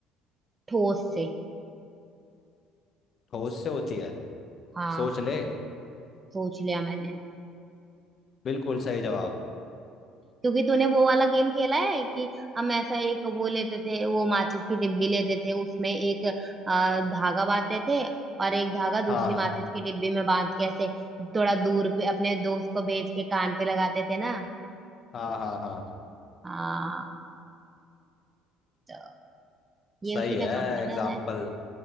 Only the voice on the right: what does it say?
ठोस से
हाँ
सोच लिया मैंने
क्योंकि तूने वो वाला गेम खेला है कि हम ऐसा एक वो लेते थे वो माचिस की डिब्बी लेते थे उसमें एक अ, धागा बांधते थे और एक धागा
दूसरी
माचिस की डिब्बी में बांध के ऐसे थोड़ा दूर पे अपने दोस्त को भेज के कान पे लगाते थे ना
हाँ तो ये
उसी
पे काम करता
था